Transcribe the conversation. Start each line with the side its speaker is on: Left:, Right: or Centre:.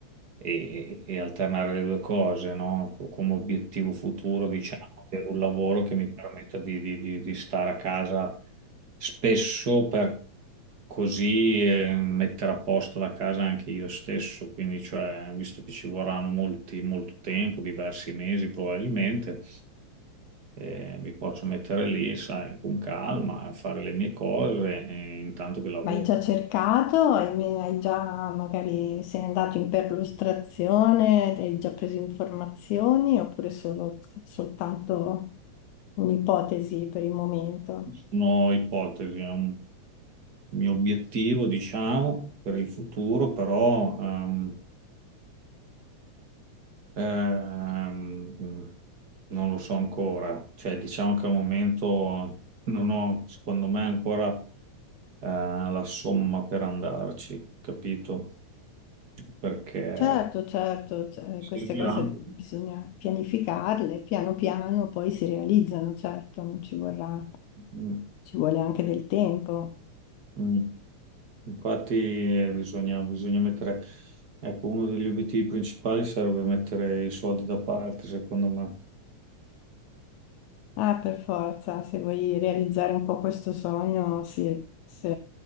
Right: e, e alternare le due cose, no? Come obiettivo futuro, diciamo, per un lavoro che mi permetta di, di- di- di stare a casa spesso per così eh, mettere a posto la casa anche io stesso, quindi cioè, visto che ci vorranno molti, molto tempo, diversi mesi probabilmente, eh, mi posso mettere lì, sai, con calma, a fare le mie cose eh, intanto che lavoro.
Left: Ma hai già cercato? Hai, hai già magari sei andato in perlustrazione, hai già preso informazioni oppure solo- soltanto un'ipotesi per il momento?
Right: Sono ipotesi, è un mio obiettivo, diciamo, per il futuro, però ehm, Ehm, non lo so ancora, cioè diciamo che al momento non ho, secondo me, ancora eh, la somma per andarci, capito? Perché
Left: Certo, certo, cioè,
Right: serviranno.
Left: queste cose bisogna pianificarle, piano piano poi si realizzano, certo, non ci vorrà,
Right: Mm,
Left: ci vuole anche del tempo.
Right: mm. Infatti eh, bisogna, bisogna mettere, ecco, uno degli obiettivi principali sarebbe mettere i soldi da parte, secondo me.
Left: Ah, per forza, se vuoi realizzare un po' questo sogno, sì, sì.